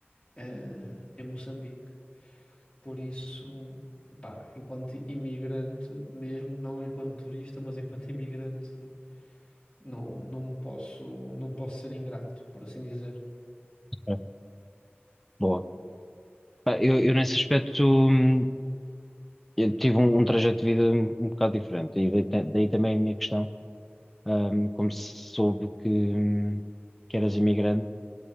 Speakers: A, on the left; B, in the centre.
A: eh, em Moçambique. Por isso, pá, enquanto imigrante mesmo, não enquanto turista, mas enquanto imigrante, não, não posso, não posso ser ingrato, por assim dizer.
B: Ok, Boa. Pá, Eu, eu nesse aspecto hum, eu tive um, um trajeto de vida um, um bocado diferente, e daí, ta- daí também a minha questão. Hum, como se soube que, hum, que eras imigrante,